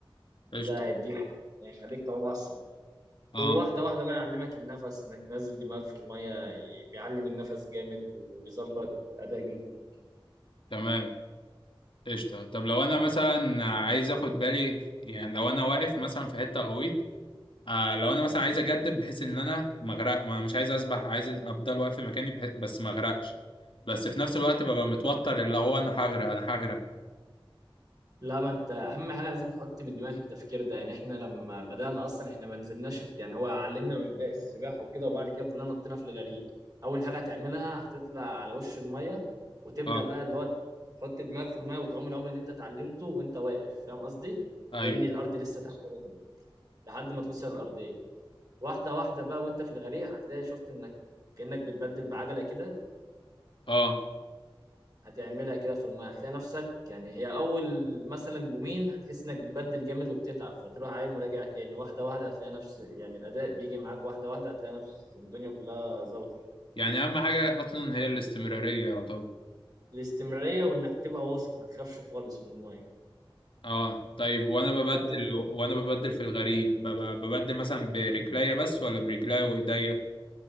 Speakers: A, on the left; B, on the right.
A: قشطه
B: ده هيديك هيخليك تعوم أسرع
A: اه
B: وواحدة واحدة بقى يعلمك النفس إنك تنزل دماغك في المية بيعلم النفس جامد وبيظبط أداء جسمك
A: تمام قشطه طب لو انا مثلا عايز اخد بالي يعني لو انا واقف مثلا في حته غويطه آه لو انا مثلا عايز اجدد بحيث ان انا ما اغرق ما انا مش عايز اسبح عايز افضل واقف في مكاني بح... بس ما اغرقش بس في نفس الوقت ببقى متوتر اللي هو انا هغرق انا هغرق
B: لا ما انت اهم حاجه لازم تحط من دماغك التفكير ده يعني احنا لما بدانا اصلا احنا ما نزلناش يعني هو علمنا من بدايه السباحه وكده وبعد كده كلنا نطينا في الغريق اول حاجه هتعملها هتطلع على وش الميه وتبدا
A: اه
B: بقى اللي هو تحط دماغك في الميه وتعوم العوم اللي انت اتعلمته وانت واقف فاهم قصدي
A: ايوه
B: كأن الارض لسه تحت رجلك لحد ما توصل الارضيه واحده واحده بقى وانت في الغريق هتلاقي شفت انك كأنك بتبدل بعجله كده
A: اه
B: هتعملها كده في المايه هتلاقي نفسك يعني هي اول مثلا يومين هتحس انك بتبدل جامد وبتتعب فتروح عايم وراجع تاني واحده واحده هتلاقي نفس يعني الاداء بيجي معاك واحده واحده هتلاقي نفس الدنيا كلها ظبطت
A: يعني اهم حاجه اصلا هي الاستمراريه يعتبر
B: الاستمراريه وانك تبقى واثق ما تخافش خالص من المايه
A: اه طيب وانا ببدل
B: فت-
A: وانا ببدل في الغريق ببقى ببدل مثلا برجليا بس ولا برجليا وايديا